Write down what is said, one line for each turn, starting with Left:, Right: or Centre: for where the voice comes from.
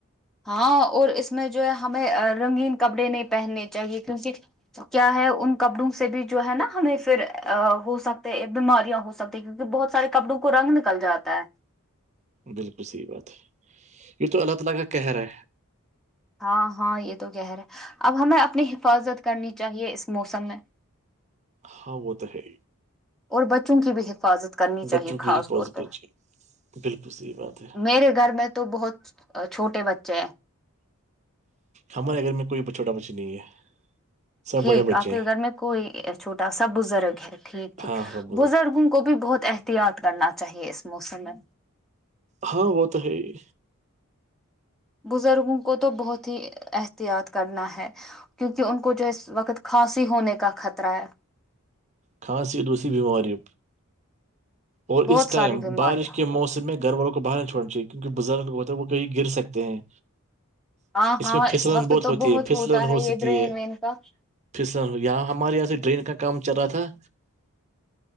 Centre: ہاں اور اس میں جو ہے ہمیں رنگین کپڑے نہیں پہننے چاہیے کیونکہ کیا ہے ان کپڑوں سے بھی جو ہے نا ہمیں پھر ہو سکتے بیماریاں ہو سکتی کیکہ بہت سارے کپڑوں کو رن نل جا ہے
Right: بالکل صحیح بات ہے یہ تو اللہ تعالی کا کہر ہے
Centre: ہاں ہاں یہ تو کہہ رہے ہے اب ہمیں اپنی حفاظت کرنی چاہیے اس موسم میں
Right: ہاں وہ تو ہے
Centre: اور بچوں کی بھی حفاظت کرنی چاہیے
Right: بچوں کی
Centre: خاص
Right: حفاظت
Centre: طور پہ
Right: کیجیے بالکل صحیح بات ہے
Centre: میرے گھر میں تو بہت چھوٹے بچے
Right: ہمارے گھر میں کوئی چھوٹا بچی نہیں ہے سب
Centre: ٹھیک
Right: بڑے بچے
Centre: آپ کے
Right: ہیں
Centre: گھر میں کوئی چھوٹا سا بزرگ ہے ٹھیک ٹھیک
Right: ہاں سب گزر
Centre: بزرگوں کو بھی بہت احتیاط کرنا چاہیے اس موسم میں
Right: ہاں وہ تو ہے ہی
Centre: بزرگوں کو تو بہت ہی احتیاط کرنا ہے کیونکہ ان کو جو ہے وقت کھانسی ہونے کا خطرہ ہے
Right: کھانسی دوسیی بیماری اور
Centre: بہت
Right: اس ٹائم
Centre: ساری بیماریاں
Right: بارش کے موسم میں گھر والوں کو باہر نہیں چوڑنا چاہیے کیونکہ بزرگ ہوتے وہ کہیں گر سکتے ہیں
Centre: ہاں
Right: اس
Centre: ہاں
Right: میں پھسلن
Centre: وقت
Right: بہت
Centre: تو
Right: ہوتی ہے پھسلن
Centre: ہوتا ہے
Right: ہو
Centre: یہ
Right: سکتی
Centre: ڈرین
Right: ہے
Centre: وین کا
Right: پسن یہاں ہمارے یہاں سے ڈرین کا کام چل رہا تھا